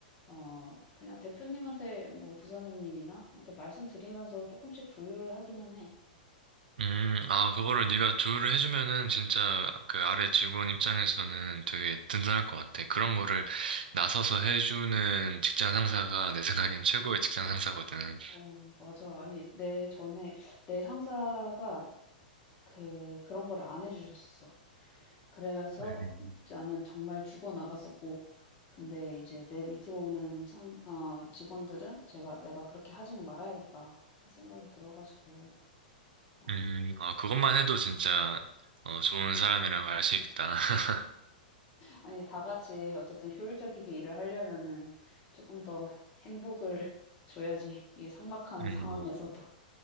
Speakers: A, on the left; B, on the right.
A: 어, 그냥 대표님한테 뭐 부사장님이나 한테 말씀드리면서 조금씩 조율을 하기는 해.
B: 음, 아, 그거를 네가 조율을 해주면은 진짜 그 아래 직원 입장에서는 되게 든든할 것 같아. 그런 거를 나서서 해주는 직장 상사가 내 생각엔 최고의 직장 상사거든.
A: 어, 맞아. 아니, 내 전에, 내 상사가 그, 그런 거를 안 해주셨었어. 그래서
B: 음,
A: 나는 정말 죽어 나갔었고 근데 이제 내 밑으로 오는 상 어, 직원들은 제가 '내가 그렇게 하지는 말아야겠다.' 그 생각이 들어 가지고 어
B: 음, 아, 그것만 해도 진짜 어, 좋은 사람이라고 알 수 있다. <laughs>
A: 아니 다 같이 어쨌든 효율적이게 일을 하려면은 조금 더 행복을 <laughs> 줘야지 이 삭막한
B: 음.
A: 상황에서도.